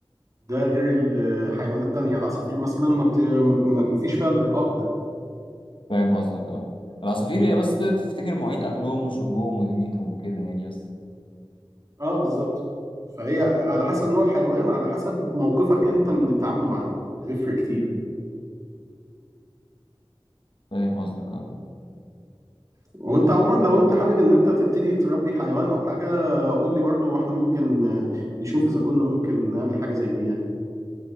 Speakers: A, on the right; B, on the left.
A: ده غير الحيوانات التانية العصافير مثلا ما, بت... ما ما- ما فيش فيها الإرهاق ده
B: فاهم قصدك اه العصافير هي بس تفتكر مواعيد اكلهم وشربهم ودنيتهم وكده يعني بس
A: اه بالظبط فهي على حسب نوع الحيوان على حسب موقفك انت من التعامل معاه بيفرق كتير
B: فاهم قصدك اه
A: وانت عموما لو انت حابب ان انت تبتدي تربي حيوان او حاجه قول لي برضو واحنا ممكن آه، نشوف اذا كنا ممكن نعمل حاجه زي دي يعني